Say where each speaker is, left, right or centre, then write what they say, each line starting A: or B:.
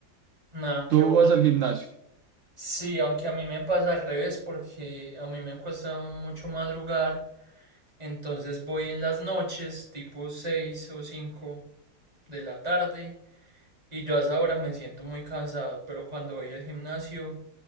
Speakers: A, on the right; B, on the right.
A: Nada,
B: ¿Tú
A: qué bueno.
B: vas al gimnasio?
A: Sí, aunque a mí me pasa al revés porque a mí me cuesta mucho madrugar. Entonces voy en las noches, tipo 6 o 5 de la tarde. Y yo a esa hora me siento muy cansado. Pero cuando voy al gimnasio...